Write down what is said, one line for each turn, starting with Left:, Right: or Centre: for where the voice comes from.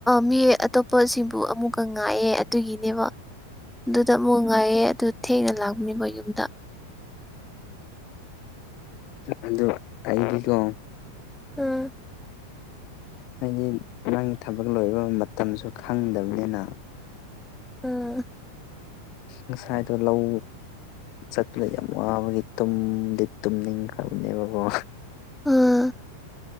Centre: ꯃꯤ ꯑꯇꯣꯞꯄꯁꯤꯡꯕꯨ ꯑꯃꯨꯛꯀ ꯉꯥꯏꯌꯦ ꯑꯗꯨꯒꯤꯅꯦꯕ ꯑꯗꯨꯗ ꯑꯃꯨꯛ ꯉꯥꯏꯌꯦ ꯑꯗꯨ ꯊꯦꯡꯅ ꯂꯥꯛꯄꯅꯦꯕ ꯈꯣꯏ ꯌꯨꯝꯗ
Left: ꯑꯗꯨ ꯑꯩꯗꯤꯀꯣ
Centre: ꯎꯝ
Left: ꯍꯥꯏꯗꯤ ꯅꯪꯒꯤ ꯊꯕꯛ ꯂꯣꯏꯕ ꯃꯇꯝꯁꯨ ꯈꯪꯗꯕꯅꯤꯅ
Centre: ꯑꯥ
Left: ꯉꯁꯥꯏꯗꯣ ꯂꯧ ꯆꯠꯂꯦ ꯌꯥꯝ ꯋꯥꯕꯒꯤ ꯇꯨꯝꯗꯤ ꯇꯨꯝꯅꯤꯡꯈ꯭ꯔꯕꯅꯦꯕꯀꯣ
Centre: ꯎꯝ